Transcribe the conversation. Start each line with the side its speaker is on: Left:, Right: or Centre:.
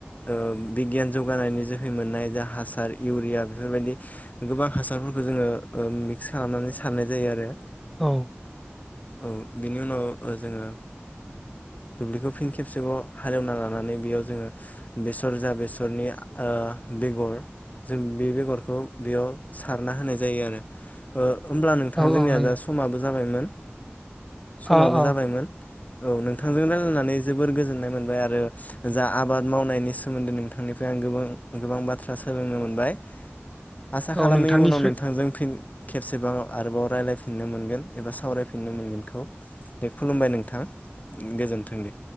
Left: ओ बिगियान जौगानायनि जोहै मोननाय जा हासार इउरिया बेफोरबायदि गोबां हासारफोरखौ जोङो ओ मिक्स खालामनानै सारनाय जायो आरो।
Centre: औ।
Left: औ बिनि उनाव जोङो दुब्लिखौ फिन खे खेबसेबाव हालेवना लानानै बेयाव जोङो बेसर जा बेसरनि ओ बेगर जों बे बेगरखौ बेयाव सारना होनाय जायो आरो ओ होमब्ला नोंथां
Centre: औ
Left: जोंनिया
Centre: औ नंगौ
Left: दा समाबो जा जाबायमोन। समाबो
Centre: औ औ
Left: जाबायमोन। औ नोंथांजों रायलायनानै जोबोर गोजोननाय मोनबाय आरो जा आबाद मावनायनि सोमोन्दै नोंथांनिफ्राय आं गोबां गोबां बाथ्रा सोलोंनो मोनबाय। आसा
Centre: औ
Left: खालामो
Centre: नोंथांनिफ्राय
Left: उनाव नोंथांजों फिन खेबसेबाव आरोबाव रायलायफिननो मोनगोन एबा सावरायफिननो मोनगोनखौ दे खुलुमबाय नोंथां गोजोन थों दे।